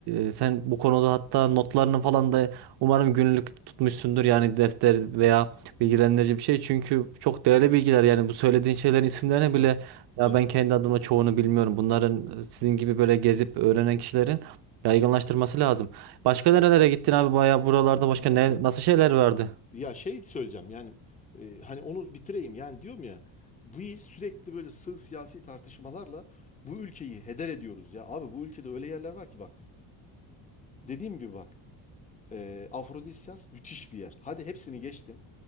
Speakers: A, on the right; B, on the left.
A: e, sen bu konuda hatta notlarını falan da umarım günlük tutmuşsundur yani defter veya bilgilendirici bir şey. Çünkü çok değerli bilgiler yani bu söylediğin şeylerin isimlerine
B: evet,
A: bile ya
B: öyle.
A: ben kendi adıma çoğunu bilmiyorum. Bunların e, sizin gibi böyle gezip öğrenen kişilerin yaygınlaştırması lazım. Başka nerelere gittin abi bayağı buralarda başka ne
B: evet.
A: nasıl şeyler vardı?
B: Ya şey söyleyeceğim yani e, hani onu bitireyim yani diyorum ya biz sürekli böyle sığ siyasi tartışmalarla bu ülkeyi heder ediyoruz ya. Abi bu ülkede öyle yerler var ki bak dediğim gibi bak e, Afrodisyas müthiş bir yer. Hadi hepsini geçtim.